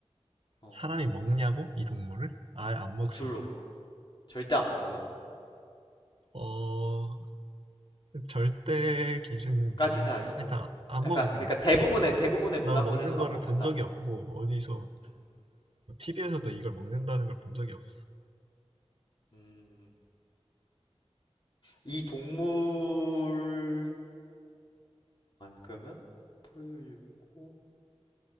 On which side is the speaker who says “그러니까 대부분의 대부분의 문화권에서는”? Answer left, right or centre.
Left